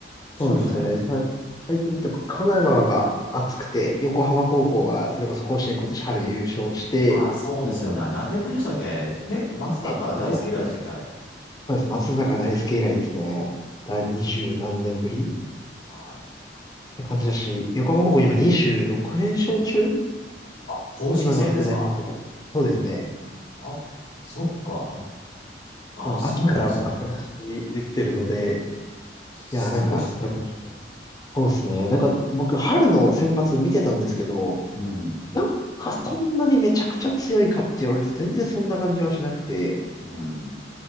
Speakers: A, on the left; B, on the left.
A: そうですね。
B: そうなんですよね。さい、最近ってやっぱ神奈川が熱くて、横浜高校がそれこそ甲子園今年春優勝して、
A: あ、そうですよね。あ何年ぶりでしたっけ結松坂大輔以来でしたっけあれ。
B: えっと、そうです。松坂大輔以来ですね。だ、二十何年ぶりっ
A: はい。
B: て感じだし、横浜高校今26連勝中
A: あ、公式戦ですか
B: 今の世代になってから。そうですね。
A: あ、そっか。あ、
B: あの秋から負けなしできてるので、
A: そうなんですね。すごいですね。
B: いや、なんかそれもそうですね。なんか僕、春の選抜見てたんですけど、
A: うん。
B: なんかそんなにめちゃくちゃ強いかって言われると全然そんな感じはしなくて、
A: うん。